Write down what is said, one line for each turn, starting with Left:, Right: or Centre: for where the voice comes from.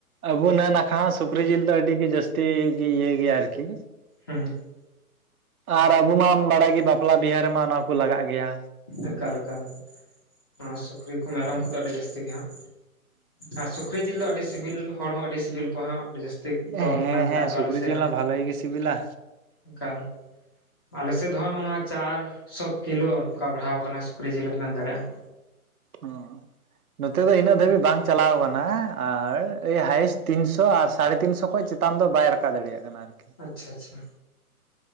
Right: ᱟᱵᱚ ᱱᱟᱹ ᱱᱟᱠᱷᱟ ᱦᱚᱸ ᱥᱩᱠᱨᱤ ᱡᱤᱞ ᱫᱚ ᱟᱹᱰᱤ ᱜᱤ ᱡᱟᱹᱥᱛᱤ ᱜᱤ ᱤᱭᱟᱹ ᱜᱮᱭᱟ ᱟᱨᱠᱤ᱾
Left: ᱦᱩᱸ ᱦᱩᱸ
Right: ᱟᱨ ᱟᱵᱩ ᱢᱟᱢ ᱵᱟᱲᱟᱭ ᱜᱮ ᱵᱟᱯᱞᱟ ᱵᱤᱦᱟᱨ ᱨᱮ ᱢᱟ ᱚᱱᱟ ᱠᱚ ᱞᱟᱜᱟᱜ ᱜᱮᱭᱟ᱾
Left: ᱮᱠᱟᱞ ᱮᱠᱟᱞ, ᱱᱚᱣᱟ ᱥᱩᱠᱨᱤ ᱠᱚ ᱢᱮᱨᱚᱢ ᱠᱚᱫᱚ ᱟᱹᱰᱤ ᱡᱟᱹᱥᱛᱤ ᱜᱮ ᱦᱟᱸᱟᱜ ᱟᱨ ᱥᱩᱠᱨᱤ ᱡᱤᱞ ᱫᱚ ᱟᱹᱰᱤ ᱥᱤᱵᱤᱞ ᱦᱚᱲ ᱦᱚᱸ ᱟᱹᱰᱤ ᱥᱤᱵᱤᱞ ᱠᱚᱣᱟ ᱦᱚᱸ ᱟᱹᱰᱤ ᱡᱟᱹᱥ ᱛᱤᱜ ᱫᱚᱨ
Right: ᱦᱮᱸ
Left: ᱠᱟᱱᱟ ᱧᱮᱛᱟᱨ
Right: ᱦᱮᱸ
Left: ᱫᱚ
Right: ᱥᱩᱠᱨᱤ
Left: ᱟᱞᱮ ᱥᱮᱫ
Right: ᱡᱤᱞ
Left: ᱦᱟᱸᱜ᱾
Right: ᱦᱚᱸ ᱵᱷᱟᱞᱮ ᱜᱮ ᱥᱤᱵᱤᱞᱟ
Left: ᱮᱠᱟᱞ ᱟᱞᱮᱥᱮᱜ ᱫᱚ ᱦᱟᱸᱜ ᱱᱚᱣᱟ ᱪᱟᱨᱥᱚ ᱠᱤᱞᱚ ᱚᱝᱠᱟ ᱵᱟᱲᱦᱟᱣ ᱟᱠᱟᱱᱟ ᱥᱩᱠᱨᱤ ᱡᱤᱞᱮᱢ ᱢᱮᱱ ᱫᱟᱲᱮᱭᱟᱜᱼᱟ᱾
Right: ᱚ ᱱᱚᱛᱮ ᱫᱚ ᱤᱱᱟᱹᱜ ᱫᱷᱟᱹᱵᱤᱡ ᱵᱟᱝ ᱪᱟᱞᱟᱣ ᱠᱟᱱᱟ, ᱟᱨ ᱮᱭ ᱦᱟᱭᱮᱥᱴ ᱛᱤᱱᱥᱚ ᱟᱨ ᱥᱟᱲᱮ ᱛᱤᱱᱥᱚ ᱠᱷᱚᱡ ᱪᱮ ᱛᱟᱱ ᱫᱚ ᱵᱟᱭ ᱨᱟᱠᱟᱵ ᱫᱟᱲᱮᱭᱟᱜ ᱠᱟᱱᱟ ᱟᱨᱠᱤ᱾
Left: ᱟᱪᱪᱷᱟ ᱟᱪᱪᱷᱟ